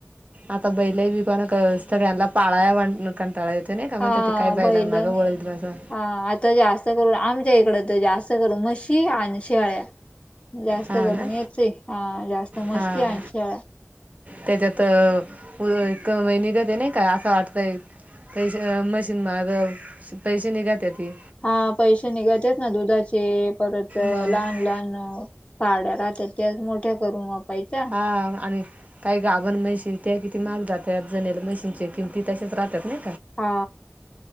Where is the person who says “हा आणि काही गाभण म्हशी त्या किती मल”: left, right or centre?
Right